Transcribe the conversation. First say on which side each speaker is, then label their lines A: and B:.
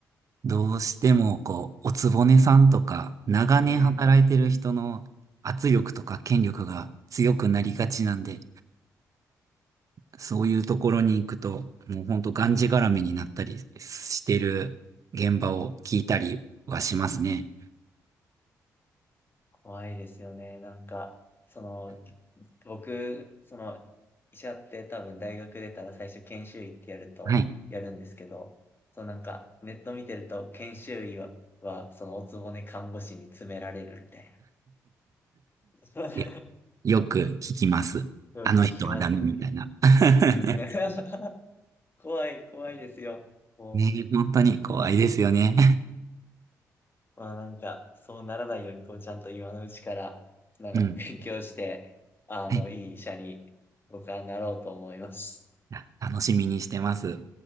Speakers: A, on the right (about 50°); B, on the left (about 30°).
A: どうしてもこう、おつぼねさんとか長年働いてる人の圧力とか権力が強くなりがちなんで、
B: うん。
A: そういうところに行くともう本当がんじがらめになったりしてる現場を聞いたりはしますね。
B: 怖いですよね。なんか、その、僕、その、医者って多分大学出たら最初研修医ってやると、
A: はい。
B: やるんですけど、そのなんか、ネット見てると研修医は、はそのおつぼね看護師に詰められるみたいな。
A: いやよく聞きます。
B: <laughs> よく聞きますよね。
A: あの人はダメみたいな。<laughs>
B: うん。<laughs> 怖い、怖いですよ。もう
A: ねえ、本当に怖いですよね。
B: まあなんか、そうならないように、こう、ちゃんと今のうちから、なんか勉強して、
A: <laughs> うん。
B: あの、
A: はい
B: いい医者に僕はなろうと思います。
A: いや楽しみにしてます。